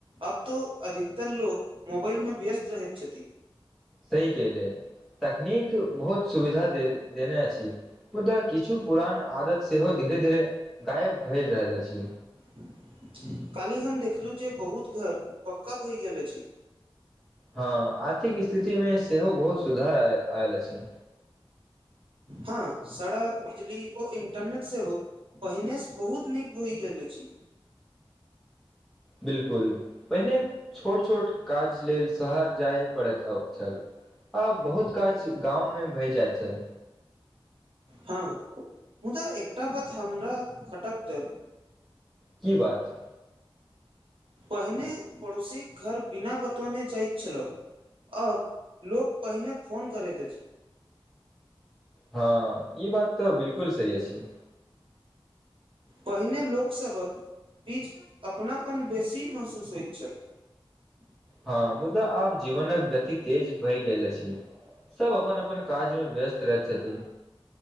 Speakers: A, on the right; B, in the centre.
A: अब तो अधिकतर लोग मोबाइलमे व्यस्त रहैत छथि
B: सही केहले तकनीक बहुत सुविधा दे देने अछि मुदा किछु पुरान आदत सेहो द धीरे धीरे गायब भए रहल अछि
A: <unintelligible> काल्हि हम देखलहुँ जे बहुत घर पक्का भए गेल अछि
B: हँ आर्थिक स्थितिमे सेहो बहुत सुधार आय आयल अछि
A: हँ सड़क बिजली ओ इंटरनेट से हो पहिनेसँ बहुत नीक बहि गेल अछि
B: बिल्कुल पहिने छोट छोट काज लेल शहर जाय पड़ैत छल आ बहुत काज गाँवमे भय जाइत छल
A: हँ मुदा एकटा बात हमरा खटक दल
B: की बात
A: पहिने पड़ोसीक घर बिना बतौने जाइत छलऽ आब लोक पहिने फोन करैत अछि
B: हँ ई बात तऽ बिल्कुल सही अछि
A: पहिने लोकसभक बीच अपनापन बेसी महसूस होइत छल <unintelligible>
B: हँ मुद्दा आब जीवनक गति तेज भई गेल अछि सभ अपन अपन काजमे व्यस्त रहैत छथिन